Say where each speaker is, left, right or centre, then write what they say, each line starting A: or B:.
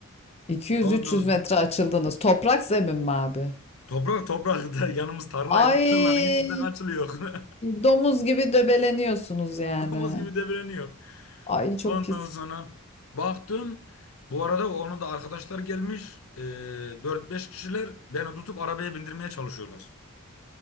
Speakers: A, on the left (about 30°); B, on the left (about 75°).
A: 200-300
B: Ondan sonra
A: metre açıldınız. Toprak zemin mi abi?
B: toprak toprak da <laughs> yanımız tarlaydı
A: Ay
B: tarlanın içinden açılıyor. <laughs>
A: domuz gibi döbeleniyorsunuz yani.
B: Domuz gibi devreniyor.
A: Ay çok
B: Ondan
A: pis.
B: sonra baktım. Bu arada onun da arkadaşlar gelmiş. E, 4-5 kişiler beni tutup arabaya bindirmeye çalışıyorlar.